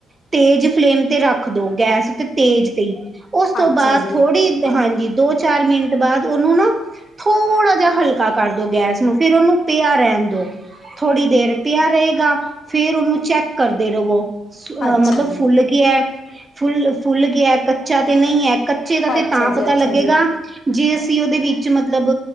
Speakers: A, on the right; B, on the left.
A: ਤੇਜ ਫਲੇਮ ਤੇ ਰੱਖ ਦੋ। ਗੈਸ ਤੇ ਤੇਜ ਤੇ ਹੀ ਉਸ ਤੋਂ
B: ਅੱਛਾ
A: ਬਾਅਦ
B: ਜੀ
A: ਥੋੜ੍ਹੀ, ਹਾਂਜੀ ਦੋ ਚਾਰ ਮਿੰਟ ਬਾਅਦ ਉਹਨੂੰ ਨਾ ਥੋੜ੍ਹਾ ਜਿਹਾ ਹਲਕਾ ਕਰ ਦੋ ਗੈਸ ਨੂੰ। ਫੇਰ ਉਹਨੂੰ ਪਿਆ ਰਹਿਣ ਦੋ। ਥੋੜ੍ਹੀ ਦੇਰ ਪਿਆ ਰਹੇਗਾ। ਫੇਰ ਉਹਨੂੰ ਚੈੱਕ ਕਰਦੇ ਰਵੋ, ਆ
B: ਅੱਛਾ
A: ਮਤਲਬ
B: ਜੀ
A: ਫੁੱਲ ਗਿਆ। ਫੁੱਲ, ਫੁੱਲ ਗਿਆ ਕੱਚਾ ਤੇ ਨਹੀਂ ਹੈ। ਕੱਚੇ ਦਾ ਤੇ
B: ਅੱਛਾ
A: ਤਾਂ ਪਤਾ
B: ਜੀ ਅੱਛਾ
A: ਲੱਗੇਗਾ
B: ਜੀ
A: ਜੇ ਅਸੀਂ ਉਹਦੇ ਵਿੱਚ ਮਤਲਬ